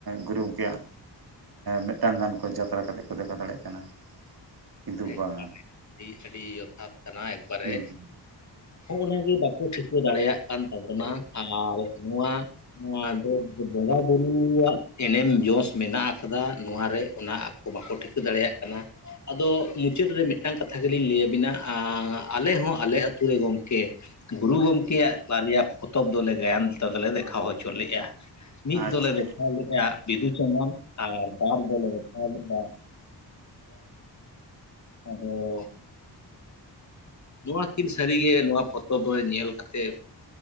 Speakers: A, on the right (about 60°); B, on the left (about 40°).
A: ᱜᱩᱨᱩ ᱜᱚᱝᱠᱮᱭᱟᱜ ᱢᱤᱫᱴᱟᱝ ᱜᱟᱱ ᱠᱚ ᱡᱟᱛᱨᱟ ᱠᱟᱛᱮᱜ ᱠᱚ ᱫᱮᱠᱷᱟ ᱫᱟᱲᱮᱭᱟᱜ ᱠᱟᱱᱟ᱾ ᱠᱤᱱᱛᱩ
B: ᱟᱨ
A: ᱵᱟᱝᱟ
B: ᱟᱹᱰᱤ ᱡᱚᱛᱷᱟᱛ ᱠᱟᱱᱟ ᱮᱠᱵᱟᱨᱮ
A: ᱦᱩᱸ ᱦᱩᱸ
B: ᱦᱚᱜ-ᱚ ᱱᱟ ᱜᱮ ᱵᱟᱠᱚ ᱴᱷᱤᱠᱟᱹ ᱫᱟᱲᱮᱭᱟᱜ ᱠᱟᱱ ᱛᱟᱵᱚᱱᱟ ᱟᱨ ᱱᱚᱣᱟ ᱫᱚ ᱵᱚᱸᱜᱟ ᱵᱩᱨᱩᱣᱟᱜ ᱮᱱᱮᱢ ᱡᱚᱥ ᱢᱮᱱᱟᱜ ᱠᱟᱫᱟ ᱱᱚᱣᱟᱨ ᱨᱮ ᱚᱱᱟ ᱵᱟᱠᱚ ᱴᱷᱤᱠᱟᱹ ᱫᱟᱲᱮᱭᱟᱜ ᱠᱟᱱᱟ ᱟᱫᱚ ᱢᱩᱪᱟᱹᱫ ᱨᱮ ᱢᱤᱫᱴᱟᱝ ᱠᱟᱛᱷᱟ ᱜᱮᱞᱤᱧ ᱞᱟᱹᱭ ᱟᱵᱤᱱᱟ ᱟᱻ ᱟᱞᱮ ᱦᱚᱸ ᱟᱞᱮ ᱟᱛᱳ ᱨᱮ ᱜᱚᱢᱠᱮ ᱜᱩᱨᱩ ᱜᱚᱢᱠᱮᱭᱟᱜ ᱵᱟᱨᱭᱟ ᱯᱚᱛᱚᱵ ᱫᱚᱞᱮ ᱜᱟᱭᱟᱱ <unintelligible> ᱫᱚᱞᱮ ᱫᱮᱠᱷᱟᱣ ᱦᱚᱪᱚ ᱞᱮ-ᱟ᱾ ᱢᱤᱫ
A: ᱟᱪᱪᱷᱟ
B: ᱫᱚᱞᱮ ᱫᱮᱠᱷᱟᱣ ᱞᱮᱫ-ᱟ ᱵᱤᱫᱩ ᱪᱟᱸᱫᱟᱱ ᱟᱨ ᱵᱟᱨ ᱫᱚᱞᱮᱷᱟᱣ ᱞᱮᱫᱟ ᱟᱫᱚ? ᱱᱚᱣᱟ ᱠᱤᱱ ᱥᱟᱹᱨᱤ ᱜᱮ ᱱᱚᱣᱟ ᱯᱚᱛᱚᱵ ᱨᱮ ᱧᱮᱞ ᱠᱟᱛᱮᱫ᱾